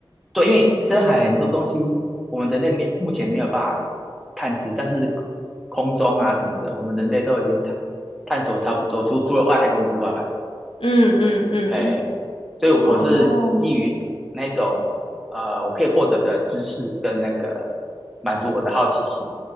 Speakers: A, in the centre; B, on the left.
A: 对，因为深海很多东西，我们人类没目前没有办法探知，但是空中啊什么的，我们人类都已经探探索差不多，除除了外太空之外，
B: 嗯嗯嗯，
A: 哎，所以我我是基于那一种呃，
B: 哦，
A: 我可以获得的知识跟那个满足我的好奇心，